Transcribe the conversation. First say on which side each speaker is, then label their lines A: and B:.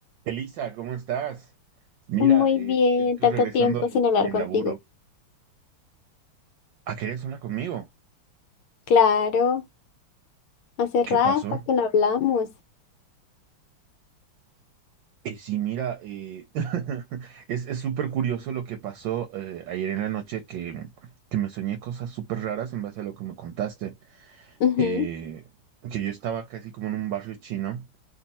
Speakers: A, on the right (about 70°); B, on the left (about 75°).
A: Elisa, ¿cómo estás? Mira,
B: Muy
A: eh,
B: bien,
A: yo acá
B: tanto
A: regresando
B: tiempo
A: del,
B: sin hablar
A: del
B: contigo.
A: laburo. Ah, ¿querías hablar conmigo?
B: Claro, hace
A: ¿Qué
B: rato
A: pasó?
B: que no hablamos.
A: Eh, sí, mira, eh, <laughs> es, es súper curioso lo que pasó eh, ayer en la noche que, que me soñé cosas súper raras en base a lo que me contaste.
B: Ujú.
A: Eh, que yo estaba casi como en un barrio chino